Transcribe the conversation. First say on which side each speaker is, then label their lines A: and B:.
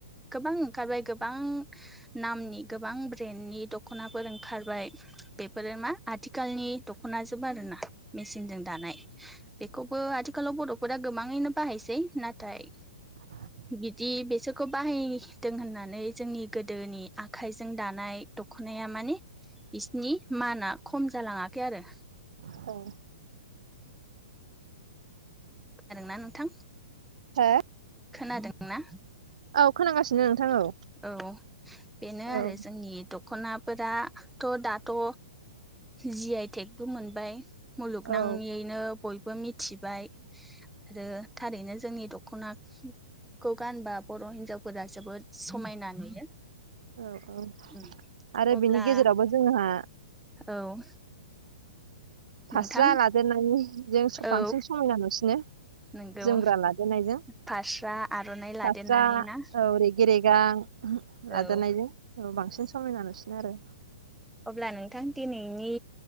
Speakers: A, in the centre; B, on the right.
A: गोबां ओंखारबाय गोबां नामनि गोबां ब्रेन्डनि दख'नाफोर ओंखारबाय बेफोरो मा आथिखालनि दखना जोबो आरोना मेचिनजों दानाय बेखौबो आथिखालाव बर'फोरा गोबां ओङैनो बाहायसै नाथाय
B: <inaudible>
A: बिदि बेसोरखौ बाहायदों होननानै जोंनि गोदोनि आखाइजों दानाय दख'नाया माने बिसिनि माना खम जालाङाखै आरो।
B: औ।
A: आरो ना नोंथां?
B: हो?
A: खोनादोंना?
B: औ खोनांगासिनो नोंथां औ।
A: औ बेनो
B: औ
A: आरो जोंनि दख'नाफोराथ' दाथ' जि आइ टेगबो मोनबाय मुलुगनाङैयैनो
B: औ
A: बयबो मिथिबाय। आरो थारैनो जोंनि दख'नाखौ गानबा बर' हिनजावफोरा जोबोद समायना नुयो।
B: औ औ
A: ओम
B: आरो
A: अब्ला
B: बिनि गेजेरावबो जोंहा
A: औ।
B: फास्रा
A: नोंथां
B: लादेरनानै जों
A: औ
B: बांसिन समायना नुसिनो।
A: नोंगौ
B: जोमग्रा लादेनायजों
A: फास्रा आर'नाइ लादेरनानै
B: फास्रा
A: ना
B: औ रेगे रेगां। नाजानायजों
A: औ
B: औ बांसिन समायना नुसिनो आरो।
A: अब्ला नोंथां दिनैनि